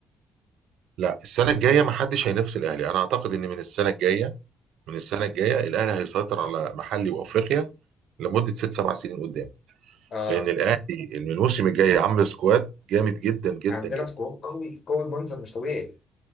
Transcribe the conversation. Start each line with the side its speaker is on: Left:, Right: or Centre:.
Right: لا السنه الجايه ما حدش هينافس الاهلي انا اعتقد ان من السنه الجايه من السنه الجايه الاهلي هيسيطر على محلي وافريقيا لمده ست سبع سنين قدام
Left: آه
Right: لان الاهلي من الموسم الجاي عامل سكواد جامد جدا جدا
Left: عندنا
Right: جدا
Left: سكواد قوي قوي بمنظر مش طبيعي